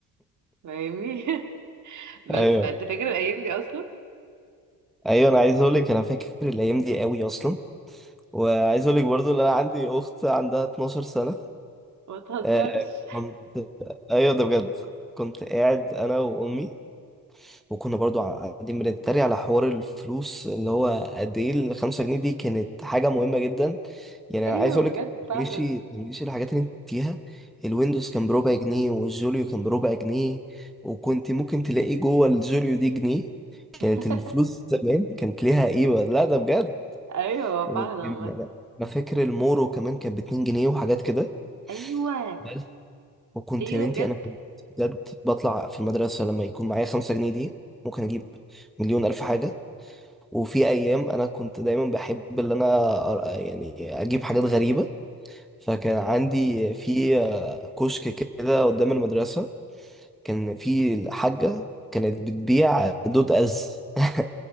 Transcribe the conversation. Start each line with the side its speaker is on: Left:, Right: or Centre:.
Right: فاهمني <laughs> بس
Centre: ايوه
Right: فانت فاكر الايام دي اصلا
Centre: ايوه انا عايز اقول لك انا فاكر الايام دي قوي اصلا وعايز اقول لك برضو ان انا عندي اخت عندها 12 سنه
Right: ما تهزرش
Centre: آه كنت ايوه ده بجد كنت قاعد انا وامي وكنا برضو قاعدين بنتريق على حوار الفلوس اللي هو قد ايه الخمسة جنيه دي كانت حاجة مهمة جدا يعني
Right: ايوه
Centre: انا عايز اقولك
Right: بجد فعلا
Centre: ماشي ماشي الحاجات اللي انت فيها الويندوز كان بربع جنيه والجوليو كان بربع جنيه وكنت ممكن تلاقي جوه الجوليو دي جنيه
Right: <laughs>
Centre: كانت الفلوس زمان كانت ليها قيمة لا ده بجد
Right: ايوه
Centre: وكان-
Right: فعلا عامة
Centre: ما فاكر المورو كمان كان باتنين جنيه وحاجات كده
Right: ايوه
Centre: بس. وكنت
Right: ايوه
Centre: يا بنتي
Right: بجد
Centre: انا كنت بجد بطلع في المدرسة لما يكون معايا خمسة جنيه دي ممكن اجيب مليون ألف حاجة وفي ايام انا كنت دايما بحب اللي انا أر- يعني اجيب حاجات غريبه فكان عندي في آه، كشك كده قدام المدرسه كان في الحاجه كانت بتبيع دود از <laughs>